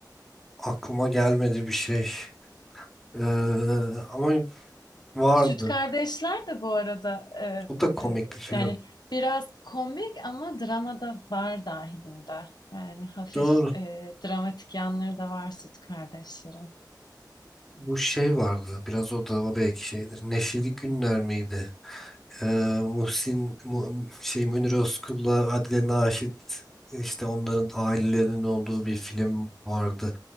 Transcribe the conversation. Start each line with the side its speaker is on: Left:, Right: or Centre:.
Centre: aklıma gelmedi bir şey. Ee, ama vardı.
Left: Süt Kardeşler de bu arada e,
Centre: O da komik
Left: e,
Centre: bir film.
Left: yani biraz komik ama dramada var dahilinde. Yani hafif
Centre: Doğru.
Left: e, dramatik yanları da var Süt Kardeşlerin.
Centre: Bu şey vardı. Biraz o da o belki şeydir. Neşeli Günler miydi? Ee, Muhsin Mu- şey Münir Özkul'la Adile Naşit işte onların ailelerinin olduğu bir film vardı.